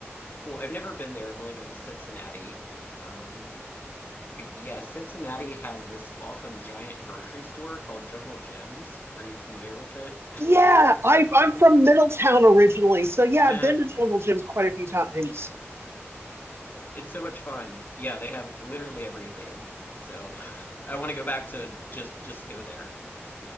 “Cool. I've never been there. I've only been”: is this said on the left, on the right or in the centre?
Left